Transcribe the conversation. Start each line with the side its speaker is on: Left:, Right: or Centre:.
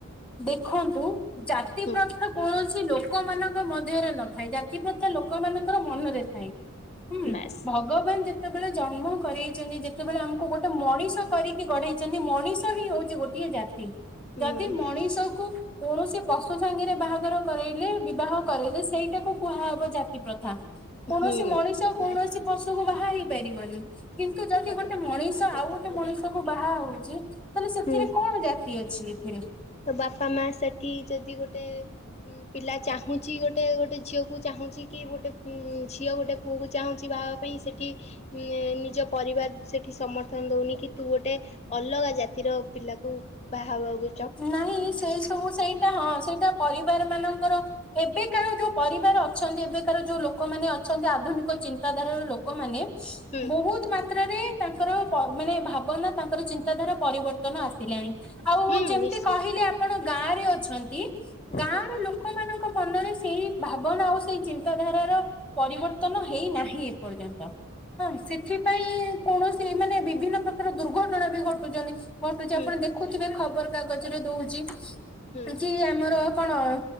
Centre: ଦେଖନ୍ତୁ ଜାତି
Left: ହୁଁ
Centre: ପ୍ରଥା କୌଣସି ଲୋକ ମାନଙ୍କ ମଧ୍ୟରେ ନଥାଏ ଜାତି ପ୍ରଥା ଲୋକମାନଙ୍କର ମନରେ ଥାଏ। ହୁଁ
Left: ବାସ୍
Centre: ଭ ଗବାନ ଯେତେବେଳେ ଜନ୍ମ କରେଇଚନ୍ତି ଯେତେବେଳେ ଆମକୁ ଗୋଟେ ମଣିଷ କରିକି ଗଢ଼େଇଛନ୍ତି ମଣିଷ ହିଁ ହଉଛି ଗୋ ଟିଏ ଜାତି
Left: ହୁଁ
Centre: ଯଦି
Left: ବାସ୍
Centre: ମଣିଷ୍ କୁ କୌଣସି ପଶୁ ସାଙ୍ଗରେ ବାହାଘର କରାଇଲେ ବିବାହ କରାଇଲେ ସେଇଟାକୁ କୁହାହବ ଜାତି ପ୍ର କୌଣସି
Left: ହୁଁ
Centre: ମଣିଷ କୌଣସି
Left: ବାସ୍
Centre: ପଶୁକୁ ବାହା ହେଇ ପାରିବନି କିନ୍ତୁ ଯଦି
Left: ଭଲ
Centre: ଗୋଟେ ମଣିଷ
Left: ଠିକ୍ କଥା
Centre: ଆଉ ଗୋଟେ
Left: କହିଲେ
Centre: ମଣିଷ କୁ ବାହା ହୋଉଛି ତାହେଲେ ସେଥିରେ
Left: ହୁଁ
Centre: କଣ ଜାତି ଅଛି ଏଥିରେ?
Left: ତ ବାପା ମା ସେଠି ଯଦି ଗୋଟେ ପିଲା ଚାହୁଁଛି ଗୋଟେ ଗୋଟେ ଝିଅକୁ ଚାହୁଁଛି କି ଗୋଟେ ଝିଅ ଗୋଟେ ପୁଅକୁ ଚାହୁଁଛି ବାହାହବା ପାଇଁ ସେଠି ଇଏଁ ନିଜ ପରିବାର ସେଠି ସମର୍ଥନ ଦଉନି କି ତୁ ଗୋଟେ ଅଲଗା ଜାତିର ପିଲାକୁ ବାହାହବାକୁ
Centre: ନାଇଁ ସେଇ ସବୁ ସେଇଟା ହଁ ସେଇଟା ପରିବାର ମାନଙ୍କର ଏବେକାର ଯୋଉ ପରିବାର ଅଛନ୍ତି ଏବେକାର ଯୋଉ ଲୋକମାନେ ଅଛନ୍ତି ଆଧୁନିକ ଚିନ୍ତାଧାରାର ଲୋ କମାନେ
Left: ହୁଁ
Centre: ବୋହୁତ ମା ତ୍ରା ରେ ତାଙ୍କର ପ ମାନେ ଭାବନା ତାଙ୍କର ଚିନ୍ତାଧାରା ପରିବର୍ତ୍ତନ ଆସିଲାଣି ଆଉ
Left: ହୁଁ
Centre: ଯେମତି
Left: ନିଶ୍ଚିନ୍ତ
Centre: କହିଲେ ଆପଣ ଗାଁ ରେ ଅଛନ୍ତି ଗାଁର
Left: ହଁ
Centre: ଲୋ କମାନଙ୍କ ମନରେ ସେଇ ଭାବନା ଆଉ ସେଇ ଚିନ୍ତାଧାରାର ପରିବର୍ତ୍ତନ ହେଇନାହିଁ ଏପର୍ଯ୍ୟନ୍ତ। ହଁ ସେଥିପାଇଁ କୌଣସି ମାନେ ବିଭିନ୍ନ ପ୍ରକାର ଦୁର୍ଘଟଣା ବି ଘଟୁଚନ୍ତି। ଘଟୁଚି
Left: ହୁଁ
Centre: ଆପଣ ଦେଖୁଥିବେ ଖବର କାଗଜରେ ଦଉଛି
Left: ହୁଁ
Centre: ଯେ ଆମର କଣ